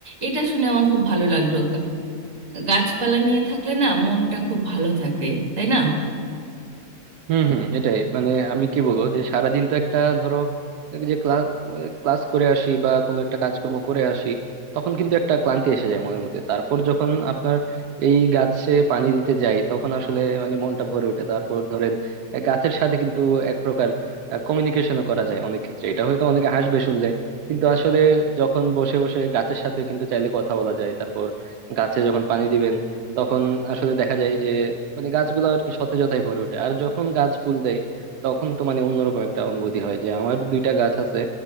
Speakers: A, on the right; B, on the right.
A: এটা শুনে আমার খুব ভালো লাগলো গাছপালা নিয়ে থাকলে না মনটা খুব ভালো থাকে তাই না
B: হুম হুম এটাই মানে আমি কি বলবো যে সারাদিন তো একটা ধরো এই যে ক্লাস ক্লাস করে আসি বা কোনো একটা কাজকর্ম করে আসি তখন কিন্তু একটা ক্লান্তি এসে যায় মনের মধ্যে তারপর যখন আপনার এই গাছে পানি দিতে যাই তখন আসলে মানে মনটা ভরে ওঠে তারপর ধরেন আহ, গাছের সাথে কিন্তু এক প্রকার কমিউনিকেশনও করা যায় অনেক ক্ষেত্রে এটা হয়তো অনেকে হাসবে শুনলে কিন্তু আসলে যখন বসে বসে গাছের সাথে কিন্তু চাইলে কথা বলা যায় তারপর গাছে যখন পানি দিবেন তখন আসলে দেখা যায় যে মানে গাছগুলো আর কি সতেজতায় ভরে ওঠে আর যখন গাছ ফুল দেয় তখন তো মানে অন্যরকম একটা অনুভূতি হয় যে আমার দুইটা গাছ আছে